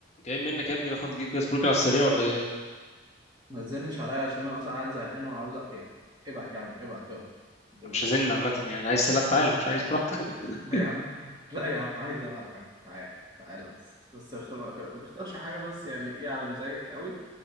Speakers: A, on the left; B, on the right.
A: جاي منك يا ابني ناخد جيب جاز برجر على السريع ولا ايه
B: ما تزنش عليا عشان انا اصلا قاعد زهقان وعاوز أ- يعني ابعت يا عم ابعت يلا ابعت
A: مش هزن عامه يعني عايز تلعب تعالى مش عايز براحتك <laughs>
B: لا يا عم <laughs> لا يا عم عايز العب يا عم تعالى تعالى بس بس اخت- ما تختارش حاجه بس يعني ايه على مزاجك قوي